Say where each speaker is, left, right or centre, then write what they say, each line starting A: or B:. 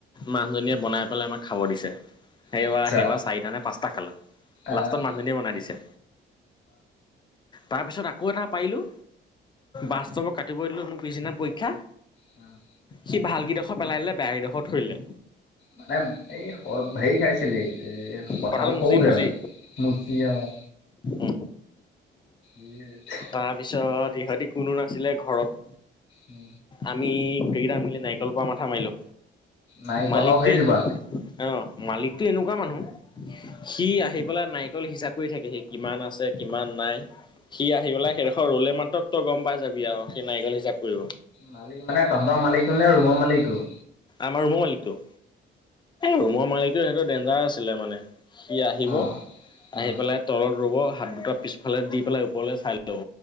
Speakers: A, on the left; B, on the left.
A: মানুহজনীয়ে বনাই পেলাই আমাক খাব দিছে। সেইবাৰ-সেইবাৰ
B: আচ্ছা,
A: চাৰিটা নে পাঁচটা খালো।
B: আহ
A: লাষ্টত মানুহজনিয়ীয়ে বনাই দিছে। তাৰপিছত আকৌ এটা পাৰিলোঁ। বাস্তৱক কাটিব দিলো মোৰ পিছদিনা পৰীক্ষা।
B: অ'।
A: সি ভাল কেইডোখৰ পেলাই দিলে। বেয়া কেইডোখৰত থৰিলে।
B: মানে এই হেৰি খাইছিলি এ। কঠাল
A: কঁঠাল মুচি
B: সৰুতে
A: মুচি
B: মানে মুচি অ'।
A: অ
B: দ
A: তাৰপিছত ইহঁতি কোনো নাছিলে ঘৰত।
B: অ
A: আমি গোটেইকেইটা মিলি নাৰিকলৰ পৰা মাথা মাৰিলো।
B: নাৰিকলৰ
A: মালিকটোৱে
B: হেৰিজোপা।
A: অ', মালিকতটো এনেকুৱা মানুহ। সি আহি পেলাই নাৰিকল হিচাপ কৰি থাকেহি, কিমান আছে কিমান নাই। সি আহি আহি পেলাই সেইডোখৰত ৰু'লে মাত্ৰ তই গম পাই যাবি আৰু সি‌ নাৰিকল হিচাপ কৰিব।
B: মালিক মানে তহঁতৰ মালিকটো নে, ৰুমৰ মালিকটো?
A: আমাৰ ৰোমৰ মালিকটো। ৰুমৰ মালিকটো, সেইটো ডেঞ্জাৰ আছিলে মানে। সি আহিব,
B: অ
A: আহি
B: অ।
A: পেলাই তলত ৰ'ব, হাত দুটা পিছফালে দি পেলাই ওপৰলৈ চাই ল'ব।